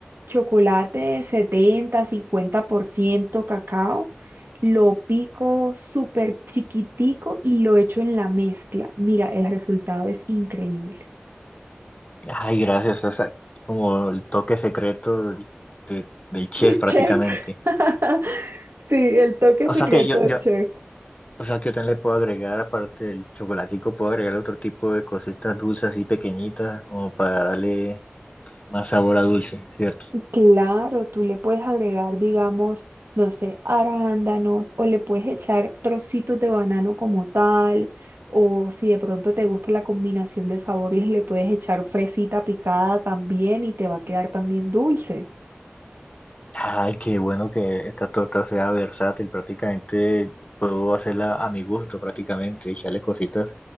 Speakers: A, on the right; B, on the left.
A: Chocolate setenta, cincuenta por ciento cacao, lo pico súper chiquitico y lo echo en la mezcla. Mira, el resultado es increíble.
B: Ay, gracias, o sea, como el toque secreto de- del chef
A: De
B: prácticamente.
A: chef. <laughs> Sí, el toque
B: O
A: secreto
B: sea que yo,
A: de
B: yo,
A: chef.
B: o sea que yo también le puedo agregar, aparte del chocolatico, puedo agregar otro tipo de cositas dulces así pequeñitas como para darle Más sabor a dulce, ¿cierto?
A: Claro, tú le puedes agregar, digamos, no sé, arándanos o le puedes echar trocitos de banano como tal, o si de pronto te gusta la combinación de sabores, le puedes echar fresita picada también y te va a quedar también dulce.
B: Ay, qué bueno que esta torta sea versátil. Prácticamente puedo hacerla a mi gusto, prácticamente. Echarle cositas